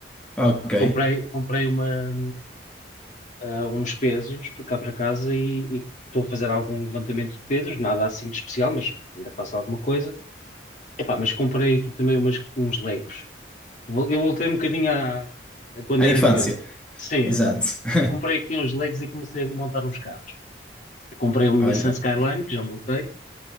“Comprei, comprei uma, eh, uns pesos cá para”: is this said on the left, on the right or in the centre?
Left